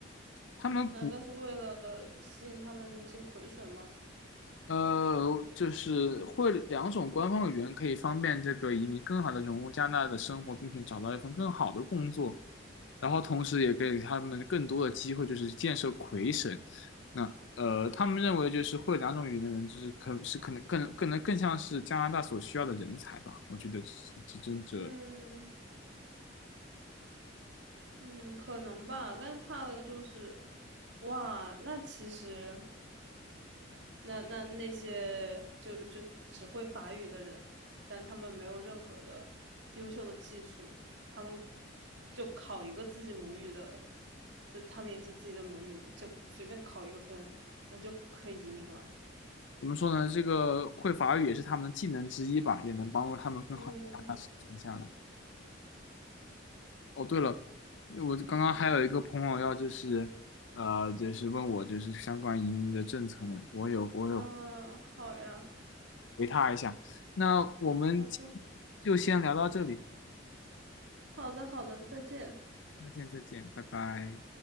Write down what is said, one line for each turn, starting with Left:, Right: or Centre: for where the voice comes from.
Left: 他们古
Right: 难道是为了吸引他们进魁省吗？
Left: 呃，就是会两种官方语言，可以方便这个移民更好的融入加拿大的生活，并且找到一份更好的工作，然后同时也给他们更多的机会，就是建设魁省。那呃，他们认为就是会两种语言的人，就是可是可能更更能更像是加拿大所需要的人才吧，我觉得是这这这
Right: 嗯，嗯，可能吧，但怕的就是，哇，那其实，那那那些就就只会法语的人，但他们没有任何的优秀的技术，他们就考一个自己母语的，就他们也是自己的母语，就随便考一个分，那就可以移民了。
Left: 怎么说呢？这个会法语也是他们的技能之一吧，也能帮助他们更好的把它生存下来。
Right: 嗯
Left: 哦，对了，我刚刚还有一个朋友要就是，呃，就是问我就是相关移民的政策呢，我有我有
Right: 嗯，好呀，
Left: 回他一下。那我们今天就先聊到这里，
Right: 好的，好的，好的，再见。
Left: 再见再见，拜拜。